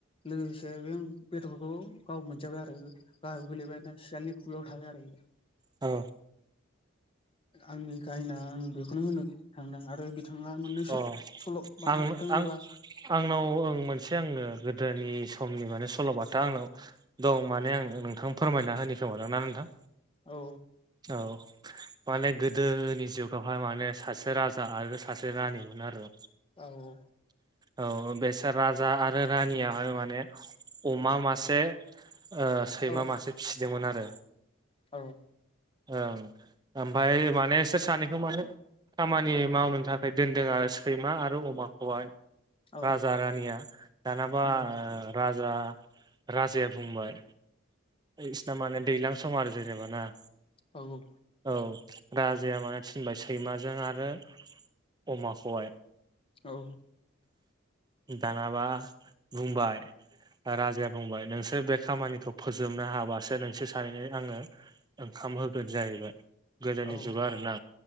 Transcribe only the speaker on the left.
लोगोसे बे बेदरखौ गाव मोनजाबाय आरो गाहयाव गोलैबाय ना सियालनि खुगायाव थाबाय आरो
आंनि खाहानिया आं बेखौनो होनो थांदों आरो बिथाङा मोननैसो
सल' बाथा
रोङोबा
औ
औ औ
औ
औ।
औ
उम
औ औ
औ
औ